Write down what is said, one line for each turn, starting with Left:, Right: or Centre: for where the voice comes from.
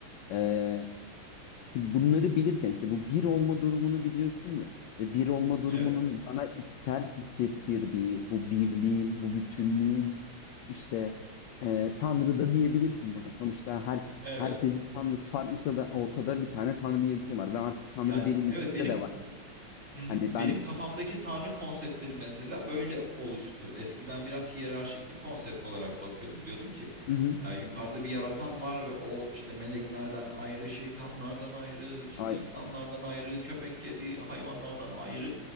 Left: e, şimdi bunları bilirken işte bu bir olma durumunu biliyorsun ya ve bir olma durumunun
Right: evet,
Left: bana içsel hissettirdiği bu birliğin, bu bütünlüğün işte e, Tanrı da diyebilirsin buna. Sonuçta her
Right: evet.
Left: herkesin tanrısı farklısa da olsa da bir tane tanrı diye bir şey var ve artık tanrı
Right: Yani
Left: benim
Right: evet
Left: içimde
Right: benim
Left: de var.
Right: Hı hı.
Left: Hani
Right: Benim
Left: ben
Right: kafamdaki tanrı konseptini mesela böyle oluştu. Eskiden biraz hiyerarşik bir konsept olarak bakıyordum. Diyordum ki
Left: hı hı,
Right: e, yukarıda bir yaratan var ve o işte meleklerden ayrı, şeytanlardan ayrı, işte
Left: ay-
Right: insanlardan ayrı, köpek, kedi, hayvanlardan ayrı.